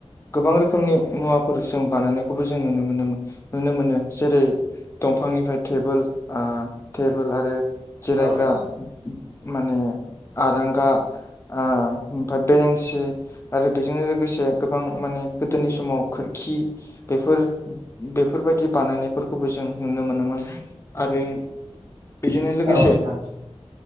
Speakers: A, on the left; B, on the right.
A: गोबां रोखोमनि मुवाफोर जों बानायनायखौबो जों नुनो मोनो नुनो मोनो जेरै दंफांनिफ्राय टेबोल ओ टेबोल आरो जिरायग्रा
B: औ
A: माने आरांगा ओ ओमफ्राय बेरेंसि आरो बेजोंनो लोगोसे गोबां माने गोदोनि समाव खोरखि बेफोर बेफोरबायदि बानायनाय फोरखौबो जों नुनो मोनोमोन आरो बेजोंनो लोगोसे
B: नोंथां औ नोंथां औ नोंथां